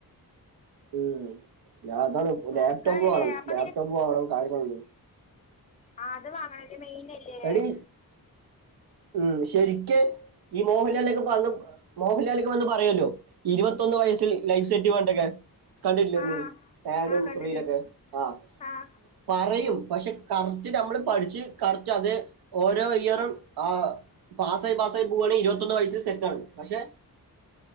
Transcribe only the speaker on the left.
സുഖല്ലേ
അപ്പൊ
ആ അത് വാങ്ങണല്ലേ മെയിൻല്ലേ,
ആഹ്
ആഹ് കണ്ടിട്ടുണ്ട്
ആഹ്